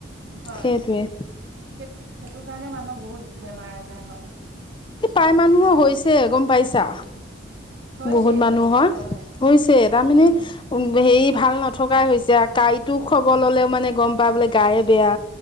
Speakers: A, on the right (about 80°); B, on the left (about 25°).
A: হয়
B: সেইটোৱে
A: সেইটো সেইটো কাৰণে মানুহৰ বহুত বেমাৰ আজাৰ হয়
B: এই প্ৰায় মানুহৰ
A: সেইটোৱে
B: হৈছে গম পাইছা
A: হৈছে
B: বহুত মানুহৰ
A: হৈছে হয়
B: হৈছে তাৰমানে
A: উম
B: হেৰি ভাল নথকাই হৈছে কাঁইটো খাবৰ ললেও মানে গম পাই বোলে গায়ে বেয়া